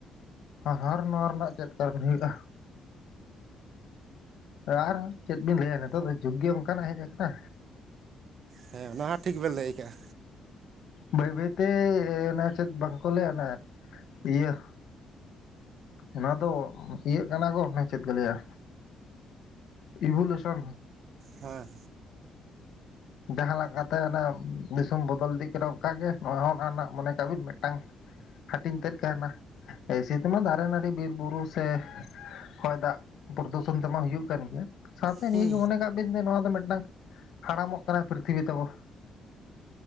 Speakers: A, on the left (about 75°); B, on the right (about 60°).
A: ᱦᱟᱨ ᱱᱚᱣᱟ ᱨᱮᱱᱟᱜ ᱪᱮᱫ ᱠᱟᱨᱚᱱ ᱦᱩᱭᱩᱜᱼᱟ? ᱟᱨ ᱪᱮᱫ ᱵᱤᱱ ᱞᱟᱹᱭᱟ ᱱᱤᱛᱚᱜ ᱫᱚ ᱡᱩᱜᱽ ᱜᱮ ᱚᱱᱠᱟᱱᱟᱜ ᱦᱮᱡ ᱟᱠᱟᱱᱟ᱾
B: ᱦᱮᱸ ᱚᱱᱟ ᱦᱚᱸ ᱴᱷᱤᱠ ᱵᱮᱱ ᱞᱟᱹᱭ ᱟᱠᱟᱜᱼᱟ᱾
A: ᱵᱟᱹᱭ ᱵᱟᱹᱭ ᱛᱮ ᱚᱱᱟ ᱪᱮᱫ ᱵᱟᱝ ᱠᱚ ᱞᱟᱹᱭᱟ ᱚᱱᱟ ᱤᱭᱟᱹ ᱚᱱᱟ ᱫᱚ ᱤᱭᱟᱹᱜ ᱠᱟᱱᱟ ᱜᱚ ᱚᱱᱮ ᱪᱮᱫ ᱠᱚ ᱞᱟᱹᱭᱟ? ᱤᱵᱷᱩᱞᱮᱥᱚᱱ᱾
B: ᱦᱮᱸ᱾
A: ᱡᱟᱦᱟᱸ ᱞᱮᱠᱟ ᱛᱮ ᱚᱱᱮ ᱫᱤᱥᱚᱢ ᱭᱟᱦᱟ ᱞᱮᱠᱟᱛᱮ ᱫᱤᱥᱚᱢ ᱵᱚᱫᱚᱞ ᱤᱫᱤᱜ ᱠᱟᱱᱟ᱾ ᱚᱱᱠᱟ ᱜᱮ ᱱᱚᱣᱟ ᱦᱚᱸ ᱚᱱᱟ ᱨᱮᱱᱟᱜ ᱢᱚᱱᱮ ᱠᱟᱜ ᱵᱤᱱ ᱢᱤᱫᱴᱟᱝ ᱦᱟᱹᱴᱤᱧ ᱛᱮᱫ ᱠᱟᱱᱟ᱾ ᱮᱥᱮ ᱛᱮ ᱢᱟ ᱫᱟᱨᱮ ᱱᱟᱹᱲᱤ ᱵᱤᱨ ᱵᱩᱨᱩ ᱥᱮ ᱦᱚᱭ ᱫᱟᱜ ᱯᱨᱚᱨᱚᱫᱩᱥᱚᱱ ᱛᱮᱢᱟ ᱦᱩᱭᱩᱜ ᱠᱟᱱ ᱜᱮᱭᱟ᱾ ᱥᱟᱶᱛᱮ
B: ᱦᱩᱸ
A: ᱱᱤᱭᱟᱹ ᱜᱮ ᱢᱚᱱᱮ ᱠᱟᱜ ᱵᱤᱱ ᱡᱮ ᱱᱚᱣᱟ ᱫᱚ ᱢᱤᱫᱴᱟᱝ ᱦᱟᱲᱟᱢᱚᱜ ᱠᱟᱱᱟᱭ ᱯᱨᱤᱛᱷᱤᱵᱤ ᱛᱟᱵᱚ᱾